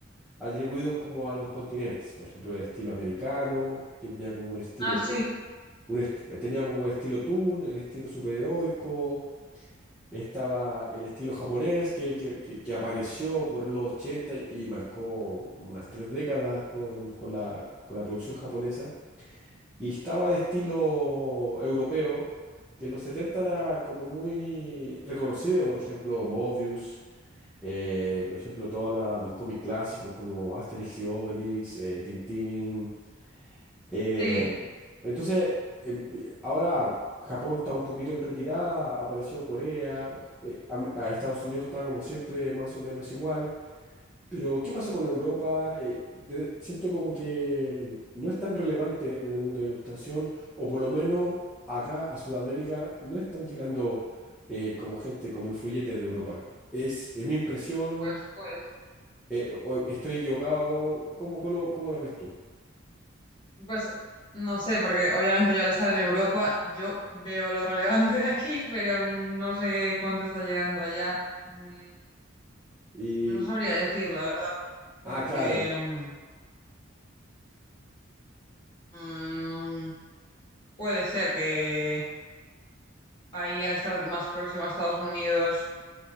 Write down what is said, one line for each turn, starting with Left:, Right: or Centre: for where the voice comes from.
Centre: atribuidos como a los continentes. Por ejemplo, el estilo americano, que tenía como un estilo,
Left: ah, sí,
Centre: tu- un esti- tenía como el estilo toon, el estilo superheroico Estaba el estilo japonés que, que- que- que apareció por los ochenta y, y marcó unas tres décadas con, con la, con la producción japonesa. Y estaba el estilo europeo, que en los 70 era como muy reconocido, por ejemplo, Mobius, eh, por ejemplo, todos los cómics clásicos como Asterix y Obelix, eh, Tintín, eh,
Left: sí,
Centre: entonces, em, eh, ahora Japón está un poquito en retirada, apareció Corea, eh, a, a Estados Unidos está como siempre más o menos igual, pero ¿qué pasó con Europa? Eh, de- siento como que mm, no es tan relevante en el mundo de la ilustración, o por lo menos acá a Sudamérica no están llegando eh, como gente, como influyentes de Europa. Es, es mi impresión,
Left: pues, pues,
Centre: eh, o- estoy equivocado, ¿cómo, cómo lo, cómo lo ves tú?
Left: pues no sé, porque obviamente yo al estar en Europa, yo veo lo relevante de aquí, pero no sé cuánto está llegando allá. Mm,
Centre: Y,
Left: Pues no sabría decir, la verdad, porque
Centre: ah, claro.
Left: mm, mm, puede ser que ahí al estar más próximo a Estados Unidos